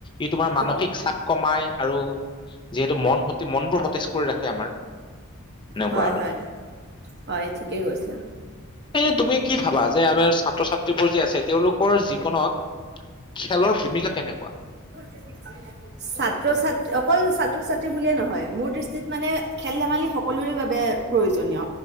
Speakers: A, on the left (about 20°); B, on the right (about 50°).
A: ই তোমাৰ মানসিক
B: হয়।
A: চাপ কমাই আৰু যিহেতু মন সতি মনবোৰ সতেজ কৰি ৰাখে আমাৰ। এনেকুৱা
B: হয়
A: আৰু
B: হয়, হয় ঠিকেই কৈছা।
A: এ তুমি কি ভাবা যে আমাৰ ছাত্ৰ-ছাত্ৰীবোৰ যে আছে তেওঁলোকৰ জীৱনত খেলৰ ভূমিকা কেনেকুৱা?
B: ক <unintelligible> ছাত্ৰ-ছাত অকল ছাত্ৰ-ছাত্ৰী বুলিয়ে নহয় মোৰ দৃষ্টিত মানে খেল-ধেমালি সকলোৰে বাবে প্ৰয়োজনীয়।